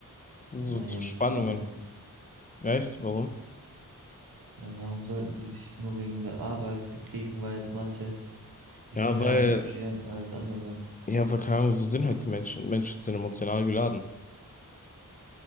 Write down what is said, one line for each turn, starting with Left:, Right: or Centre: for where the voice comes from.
Left: so
Right: Nee,
Left: zu Spannungen.
Right: das glaube ich nicht.
Left: Weißt du, warum?
Right: Ja, warum sollten die sich nur wegen der Arbeit bekriegen, weil jetzt manche sich
Left: Ja,
Right: mehr
Left: weil,
Right: engagieren als andere?
Left: ja, weil keine Ahnung, so sind halt die Menschen. Menschen sind emotional geladen.